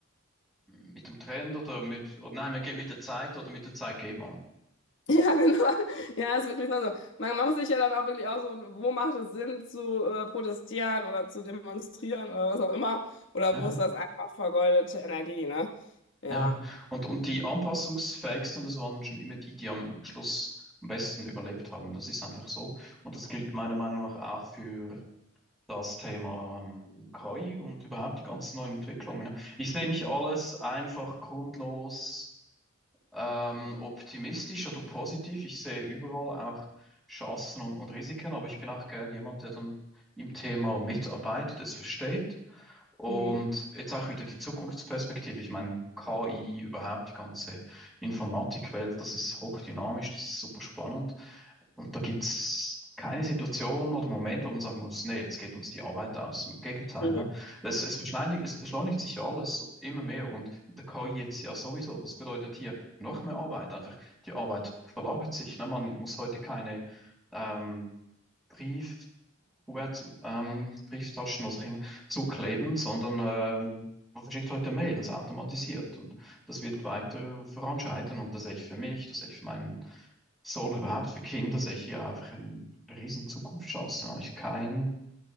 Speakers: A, in the centre; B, on the left (about 65°).
A: mit dem Trend oder mit, oder nein, man geht mit der Zeit oder mit der Zeit geht man.
B: Ja, genau. Ja, ist wirklich so. Also, man, man muss sich ja dann auch wirklich aussuchen, wo macht es Sinn zu äh, protestieren oder zu demonstrieren oder was auch immer. Oder
A: Ja.
B: wo ist das einfach vergeudete Energie, ne? Ja.
A: Ja, und, und die anpassungsfähigsten, das waren schon immer die, die am Schluss am besten überlebt haben. Das ist einfach so. Und das gilt meiner Meinung nach auch für das Thema ähm, KI und überhaupt die ganzen neuen Entwicklungen. ne? Ich sehe nicht alles einfach grundlos ähm, optimistisch oder positiv. Ich sehe überall auch Chancen und, und Risiken, aber ich bin auch gern jemand, der dann im Thema mitarbeitet, es versteht und
B: Mhm.
A: jetzt auch wieder die Zukunftsperspektive. Ich meine, KI, überhaupt die ganze Informatikwelt, das ist hochdynamisch, das ist super spannend. Und da gibt es keine Situation oder Moment, wo man sagen muss, nee, jetzt geht uns die Arbeit aus. Im Gegenteil,
B: Ja.
A: ne? Es, es beschleunigt, es beschleunigt sich ja alles immer mehr und mit der KI jetzt ja sowieso. Das bedeutet hier noch mehr Arbeit. Einfach die Arbeit verlagert sich. Ne? Man muss heute keine ähm, Brief, QR-Brieftauschen, ähm, Brieftaschen, was auch immer, zukleben, sondern ähm, man verschickt heute Mails automatisiert und das wird weiter voranschreiten und das sehe ich für mich, das sehe ich für meinen Sohn überhaupt für Kinder, sehe ich ja einfach eine riesen Zukunftschance. Da habe ich kein,